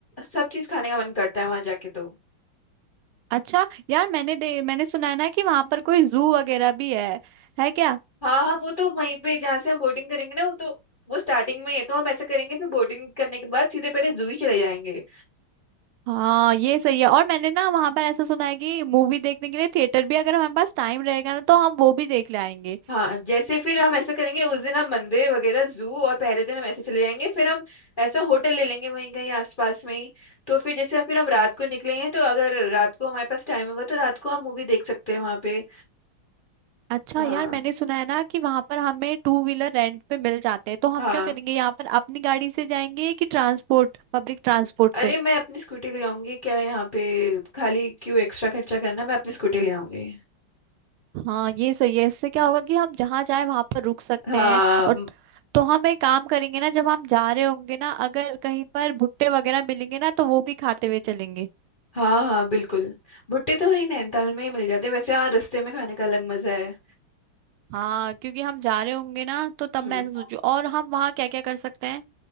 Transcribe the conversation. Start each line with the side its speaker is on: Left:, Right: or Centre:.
Left: सब चीज़ खाने का मन करता है वहाँ जाके तो
Right: अच्छा यार मैंने दे मैंने सुना है ना कि वहां पर कोई जू वगैरह भी है है क्या
Left: हाँ हाँ वो तो वहीं पे जहाँ से हम बोटिंग करेंगे ना वो तो वो स्टार्टिंग में है तो हम ऐसा करेंगे फिर बोटिंग करने के बाद सीधे पहले जू ही चले जाएंगे
Right: हाँ ये सही है और मैंने ना वहां पर ऐसा सुना है कि मूवी देखने के लिए थिएटर भी अगर हमारे पास टाइम रहेगा ना तो हम वो भी देख ले आएंगे
Left: हाँ जैसे फिर हम ऐसा करेंगे उस दिन हम मंदिर वगैरह जू और पहले दिन हम ऐसे चले जाएंगे फिर हम ऐसा होटल ले लेंगे वहीं कहीं आसपास में ही तो फिर जैसे फिर हम रात को निकलेंगे तो अगर रात को हमारे पास टाइम होगा तो रात को हम मूवी देख सकते हैं वहाँ पे
Right: अच्छा
Left: हाँ
Right: यार मैंने सुना है ना कि वहां पर हमें टू व्हीलर रेंट पे मिल जाते हैं तो हम
Left: हाँ
Right: क्या करेंगे यहाँ पर अपनी गाड़ी से जाएंगे कि ट्रांसपोर्ट पब्लिक ट्रांसपोर्ट
Left: अरे
Right: से
Left: मैं अपनी स्कूटी ले आऊंगी क्या यहाँ पे खाली क्यों एक्स्ट्रा खर्चा करना मैं अपनी स्कूटी ले आऊंगी
Right: हाँ ये सही है इससे क्या होगा कि हम जहाँ जाए वहां पर रुक सकते
Left: हाँ
Right: हैं और
Left: म-
Right: तो हम एक काम करेंगे ना जब हम जा रहे होंगे ना अगर कहीं पर भुट्टे वगैरह मिलेंगे ना तो वो भी खाते हुए चलेंगे
Left: हाँ हाँ बिल्कुल भुट्टे तो वहीं नैनीताल में ही मिल जाते हैं। वैसे हाँ रास्ते में खाने का अलग मजा है
Right: हाँ क्योंकि हम जा रहे होंगे ना तो तब
Left: हम्म
Right: मैं ऐसा सोचू और हम वहाँ क्या क्या कर सकते हैं